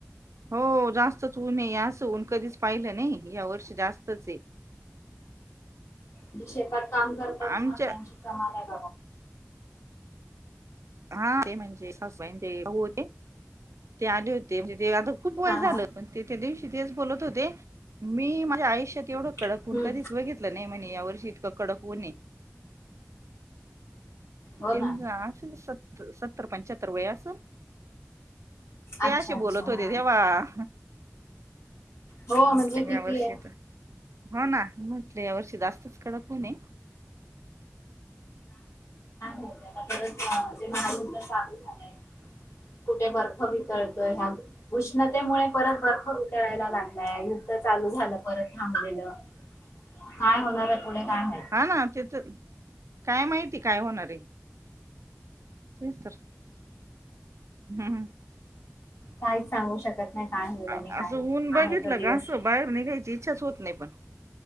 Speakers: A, on the right; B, on the left.
A: हो जास्तच ऊन हाय असं ऊन कधीच पाहिलं नाही या वर्षी जास्तच हे.
B: जी शेतात काम करतात
A: आमच्या
B: ना त्यांची कमाल हा.
A: हा ते म्हणजे सासूबाईंचे भाऊ होते, ते आले होते. ते आता खूप वय
B: हा
A: झालं
B: हा
A: पण ते त्या दिवशी तेच बोलत होते. मी माझ्या आयुष्यात एवढं कडक
B: हम्म
A: ऊन कधीच बघितलं नाही म्हणे या वर्षी इतकं कडक पुणे <inaudible>
B: हो
A: त्यांच
B: ना
A: असल सत् सत्तर पंचाहत्तर वय असलं, ते
B: अच्छा
A: असे
B: अच्छा
A: बोलत होते
B: हा
A: तेव्हा
B: हो
A: ह म्हंटल
B: म्हणजे किती
A: यावर्षी
B: आहे
A: येत हो ना म्हटल या वर्षी जास्तच कडक ऊन हे,
B: ते आता परत म ते महायुद्ध चालू झालयं कुठे बर्फ वितळ अं ह्या उष्णतेमुळे परत बर्फ वितळायला लागलाय युद्ध चालू झालं परत थांबले <unintelligible> काय होणार हाय पुढे काय माहिती
A: हा ना ते तर काय माहिती काय होणारय, तेच तर, हम्म,
B: काहीच सांगू शकत, नाही काय होईल आणि
A: आ
B: काय
A: असं
B: नाही
A: ऊन बघितलं
B: आहे तो दिवस
A: का, असं बाहेर निघायची इच्छाच होत नाही पण